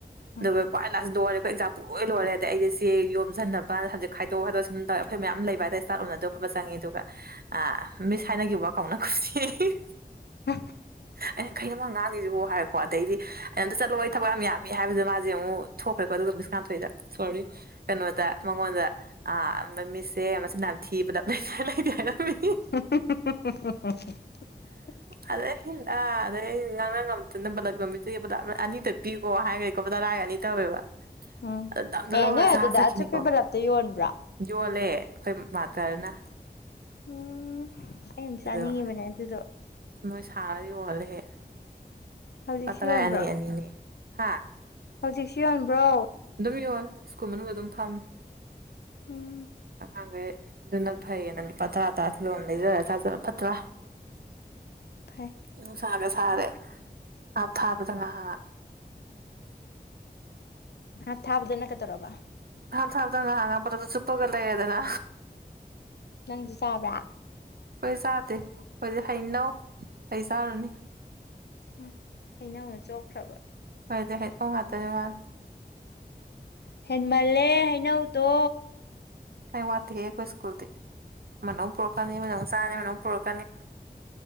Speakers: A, on the left; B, on the right.
A: ꯎꯝ
B: ꯑꯗꯨꯒ ꯈꯋꯥꯏ ꯂꯥꯁ ꯂꯣꯏꯔꯦ ꯀꯣ ꯑꯦꯛꯖꯥꯝ ꯄꯨꯡ ꯂꯣꯏ ꯂꯣꯏꯔꯦ ꯑꯗꯩ ꯑꯩꯖꯦ ꯆꯦ ꯌꯣꯝꯁꯤꯟꯅꯕ ꯁꯕꯖꯦꯛ ꯈꯥꯏꯗꯣꯛ ꯈꯥꯏꯗꯣꯛ ꯁꯨꯝꯝ ꯑꯩꯈꯣꯢ ꯃꯌꯥꯝ ꯂꯩꯕ ꯍꯥꯏꯇꯔꯦ ꯏꯁꯇꯥꯕ ꯔꯨꯝꯗ ꯑꯗ‌ꯣ ꯐꯕꯠ ꯆꯪꯉꯛꯑꯦ ꯑꯗꯨꯒ ꯑ ꯃꯤꯁ ꯍꯥꯏꯅꯒꯤ ꯋꯥ ꯀꯥꯎꯅ ꯒꯨꯝꯁꯤꯌꯦ
A: ꯍꯨꯝ
B: ꯑꯩꯅ ꯀꯩꯅꯣꯃꯥ ꯉꯥꯡꯉꯤꯁꯤꯕꯨ ꯍꯥꯏꯔꯦꯀꯣ ꯑꯗꯩꯗꯤ ꯑꯩꯅ ꯑꯝꯇ ꯆꯠꯂꯣ ꯑꯩ ꯊꯕꯛ ꯌꯥꯝ ꯌꯥꯝꯃꯤ ꯍꯥꯏꯕꯗ ꯃꯥꯁꯦ ꯑꯃꯨꯛ ꯊꯣꯛꯈ꯭ꯔꯦꯀꯣ ꯑꯗꯨꯒ ꯃꯤꯁ ꯉꯥꯟꯊꯣꯏꯗ ꯁꯣꯔꯤ ꯀꯩꯅꯣꯗ ꯃꯉꯣꯟꯗ ꯑ ꯃꯤꯖꯁꯦ ꯃꯆꯤꯟ ꯌꯥꯝ ꯊꯤ ꯕꯂꯞ ꯂꯩꯅꯤ ꯍꯥꯏꯔ ꯂꯩꯗꯦ ꯍꯥꯏꯔꯝꯃꯤꯌꯦ
A: <unintelligible>
B: ꯑꯗꯩ ꯍ ꯑꯥ ꯑꯗꯩ ꯉꯥꯡꯅꯥꯉꯝꯗꯅ ꯕꯂꯞ ꯌꯣꯟꯕꯤꯗꯩ ꯕꯂꯞ ꯑꯃꯇ ꯑꯅꯤ ꯇꯄꯤꯒ‌ꯣ ꯍꯥꯏꯒ꯭ꯔꯦ ꯂꯨꯄꯥꯇꯔꯥꯏ ꯑꯅꯤ ꯇꯧꯋꯦꯕ
A: ꯎꯝ
B: ꯑꯗꯨ ꯅꯝꯗ
A: ꯑꯦ
B: ꯂꯧꯔ
A: ꯅꯣꯏ ꯑꯗꯨꯗ
B: ꯆꯥꯔꯥ ꯆꯠꯈꯤꯅꯤꯀꯣ
A: ꯑꯆꯨꯞꯄꯤ ꯕꯂꯞꯇꯣ ꯌꯣꯟꯕ꯭ꯔꯥ
B: ꯌꯣꯜꯂꯦ ꯑꯩꯩꯈ‌ꯣꯏ ꯃꯥꯗꯔꯅ
A: ꯎꯝ ꯑꯩ ꯌꯥꯝ
B: ꯑꯗꯨꯗꯨꯒ
A: ꯆꯥꯅꯤꯡꯉꯤꯕꯅꯦ ꯑꯗꯨꯗꯣ
B: ꯃꯣꯏ ꯁꯥꯔ ꯌꯣꯜꯂꯦꯍꯦ
A: ꯍꯧꯖꯤꯛꯁꯨ
B: ꯂꯨꯄꯇ꯭ꯔꯥ
A: ꯌꯣꯟꯕ꯭ꯔꯣ
B: ꯑꯅꯤ ꯑꯅꯤ ꯍꯥꯥ
A: ꯍꯧꯖꯤꯛꯁꯨ ꯌꯣꯟꯕ꯭ꯔꯣ
B: ꯑꯗꯨꯝ ꯌꯣꯜꯂꯦ ꯁ꯭ꯀꯨꯜ ꯃꯅꯨꯡꯗ ꯑꯗꯨꯝ ꯐꯝꯃꯦ
A: ꯎꯝ
B: ꯑꯉꯥꯡꯒꯩ ꯑꯗꯨꯅ ꯐꯩꯌꯦꯅ ꯂꯨꯄꯥ ꯇꯔꯥ ꯇꯔꯥ ꯄꯤꯕ ꯑꯝ ꯂꯩꯖꯔ ꯆꯥꯖꯔ ꯐꯠꯇ꯭ꯔꯥ
A: ꯐꯩ
B: ꯅꯨꯡꯁꯥꯒ ꯁꯥꯔꯦ ꯍꯥꯞ ꯊꯥꯕꯗ ꯉꯥꯍꯥꯛ
A: ꯍꯥꯞ ꯊꯥꯕꯗꯅ ꯀꯩꯗꯧꯔꯕ
B: ꯍꯥꯞ ꯊꯥꯕꯗ ꯉꯍꯥꯛ ꯉꯍꯥꯛ ꯕꯂꯞ ꯇꯨ ꯆꯨꯞꯄꯒ ꯂꯩꯔ‌ꯦꯗꯅ
A: ꯅꯪꯁꯨ ꯆꯥꯕ꯭ꯔꯥ
B: ꯑꯩꯈꯣꯏ ꯆꯥꯗꯦ ꯑꯩꯈ‌ꯣꯏꯗꯤ ꯍꯩꯅꯧ ꯀꯩ ꯆꯥꯔꯨꯅꯤ
A: ꯎꯝ ꯍꯩꯅꯧꯗ ꯆꯣꯞꯈ꯭ꯔꯕ
B: <unintelligible> ꯉꯥꯛꯇꯅꯦ ꯃꯥꯟ
A: ꯍꯦꯟꯃꯜꯂꯦ ꯍꯩꯅꯧꯗꯣ
B: ꯍꯩ ꯋꯥꯠꯇꯦꯍꯦ ꯑꯩꯈꯣꯏ ꯁ꯭ꯀꯨꯜꯗꯤ ꯑꯃꯅ ꯃꯨꯛ ꯄꯨꯔꯛꯀꯅꯤ ꯑꯃꯅ ꯃꯨꯛ ꯆꯥꯔꯅꯤ ꯑꯃꯅ ꯃꯨꯛ ꯄꯨꯔꯛꯀꯅꯤ